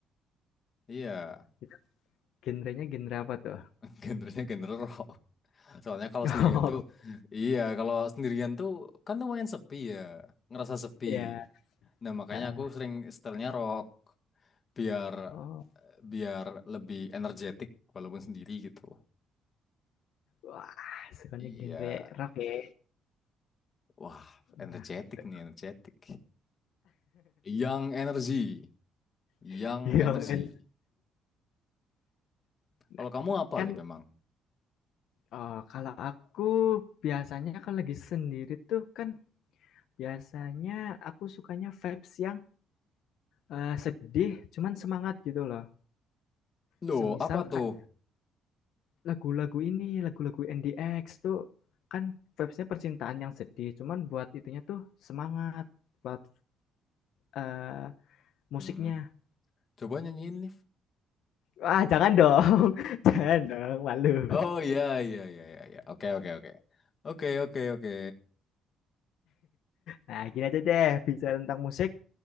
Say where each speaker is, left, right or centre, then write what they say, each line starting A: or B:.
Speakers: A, on the left (about 35°); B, on the left (about 70°).
A: Iya,
B: Itu genrenya genre apa tuh?
A: <laughs> genrenya genre rock. Soalnya kalau
B: <laughs>
A: sendirian tuh,
B: Oh,
A: iya kalau sendirian tuh kan lumayan sepi ya, ngerasa sepi.
B: ya.
A: Nah makanya
B: heeh.
A: aku sering setelnya rock. biar
B: Oh,
A: eh, biar lebih energetik walaupun sendiri gitu.
B: wah, sukanya
A: Iya.
B: genre rock ya?
A: Wah,
B: Menarik
A: energetik
B: itu.
A: nih, energetik. Yang energi, yang
B: <laughs> Iya
A: energi.
B: kan. Nah,
A: Kalau kamu apa,
B: kan,
A: Liv, memang?
B: eee, kalau aku biasanya kalau lagi sendiri tuh kan Biasanya aku sukanya vibes yang, eee, sedih cuman semangat gitu loh.
A: Loh,
B: Semisal
A: apa
B: kayak
A: tuh?
B: lagu-lagu ini, lagu-lagu N D X tuh kan vibesnya percintaan yang sedih, cuman buat itunya tuh semangat, buat, eee, musiknya.
A: Hmm, coba nyanyiin, Liv.
B: Wah jangan dong, <laughs> jangan dong, malu.
A: Oh, iya, iya, iya, iya. iya. Oke, oke, oke. Oke, oke, oke.
B: Nah gini aja deh, bicara tentang musik,